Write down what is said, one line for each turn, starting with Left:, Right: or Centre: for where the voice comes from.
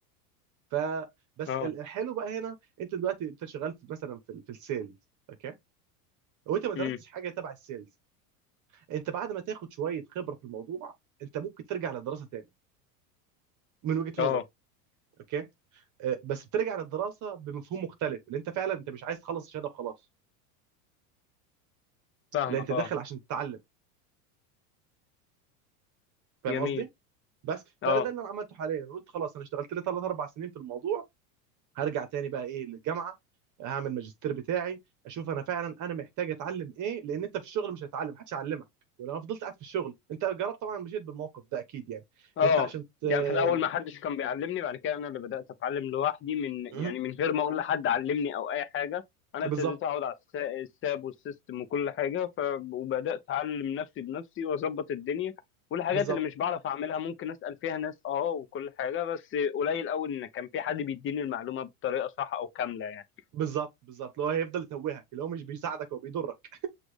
Right: ف بس
Left: اه
Right: ال- الحلو بقى هنا انت دلوقتي انت شغال في مثلا في, ال- في السيلز اوكي وانت ما درستش
Left: أمم،
Right: حاجه تبع السيلز انت بعد ما تاخد شويه خبره في الموضوع انت ممكن ترجع للدراسه تاني من وجهه نظري
Left: اه
Right: اوكي أه، بس بترجع للدراسه بمفهوم مختلف اللي انت فعلا انت مش عايز تخلص الشهاده وخلاص
Left: فاهمك
Right: لا انت داخل
Left: اه
Right: عشان تتعلم فاهم
Left: جميل
Right: قصدي بس فانا
Left: اه
Right: ده اللي انا عملته حاليا قلت خلاص انا اشتغلت لي ثلاث اربع سنين في الموضوع هرجع تاني بقى ايه للجامعه هعمل ماجستير بتاعي اشوف انا فعلا انا محتاج اتعلم ايه لان انت في الشغل مش هتتعلم محدش هيعلمك ولو انا فضلت قاعد في الشغل انت جربت طبعا مشيت بالموقف ده اكيد يعني
Left: اه
Right: انت عشان ت-
Left: يعني في الاول ما حدش كان بيعلمني بعد كده انا اللي بدات اتعلم لوحدي من
Right: مهم.
Left: يعني من غير ما اقول لحد علمني او اي حاجه انا
Right: بالظبط
Left: ابتديت اقعد على الس- الساب والسيستم وكل حاجه ف... وبدات اتعلم نفسي بنفسي واظبط الدنيا والحاجات
Right: بالظبط
Left: اللي مش بعرف اعملها ممكن اسال فيها ناس اه وكل حاجه بس قليل قوي ان كان في حد بيديني المعلومه بطريقه صح او كامله يعني
Right: بالظبط بالظبط اللي هو هيفضل يتوهك اللي هو مش بيساعدك هو بيضرك